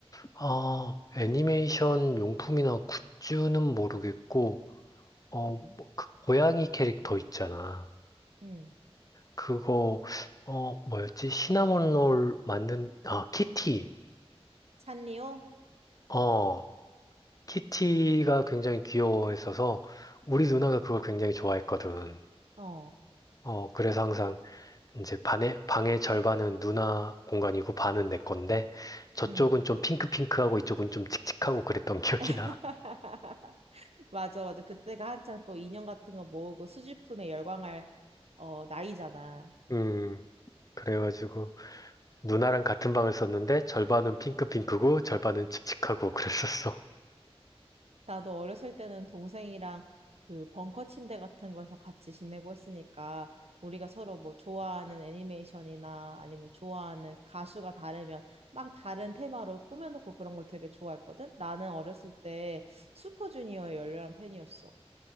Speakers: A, on the left (about 35°); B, on the right (about 75°).
A: 아, 애니메이션 용품이나 굿즈는 모르겠고, 어, 뭐, 그 고양이 캐릭터 있잖아.
B: 음,
A: 그거, 어, 뭐였지? 시나몬 롤 만든, 아, 키티.
B: 샀니요?
A: 어, 키티가 굉장히 귀여워했어서 우리 누나가 그걸 굉장히 좋아했거든.
B: 어,
A: 어, 그래서 항상 이제 반의, 방의 절반은 누나 공간이고 반은 내 건데 저쪽은
B: 음.
A: 좀 핑크핑크하고 이쪽은 좀 칙칙하고 그랬던 <laughs> 기억이
B: <laughs>
A: 나.
B: 맞아, 맞아. 그때가 한창 또 인형 같은 거 모으고 수집품에 열광할 어, 나이잖아.
A: 음, 그래가지고 누나랑 같은 방을 썼는데 절반은 핑크핑크고 절반은 칙칙하고 그랬었어.
B: 나도 어렸을 때는 동생이랑 그 벙커 침대 같은 거에서 같이 지내고 했으니까 우리가 서로 뭐 좋아하는 애니메이션이나 아니면 좋아하는 가수가 다르면 막 다른 테마로 꾸며놓고 그런 걸 되게 좋아했거든? 나는 어렸을 때 슈퍼주니어의 열렬한 팬이었어.